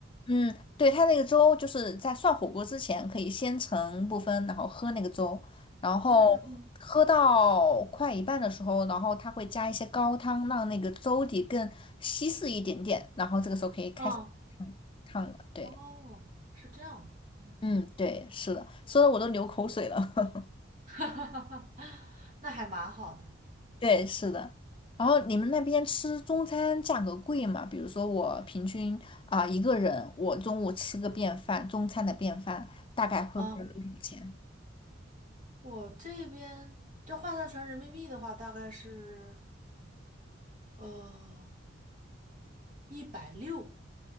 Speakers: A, on the left (about 25°); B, on the right (about 40°).
A: 嗯，对，它那个粥就是在涮火锅之前可以先盛部分，然后喝那个粥，然后
B: 嗯嗯
A: 喝到快一半的时候，然后它会加一些高汤，让那个粥底更稀释一点点，然后这个时候可以开始烫烫了。
B: 嗯，嗯
A: 对，
B: 哦，是这样的，嗯，
A: 嗯，对，是的，说的我都流口水了。<laughs>
B: <laughs> 那还蛮好的。
A: 对，是的。然后你们那边吃中餐价格贵吗？比如说我平均啊、一个人，我中午吃个便饭，中餐的便饭大概会花多少钱？
B: 啊，我这边这换算成人民币的话，大概是呃一百六。一百六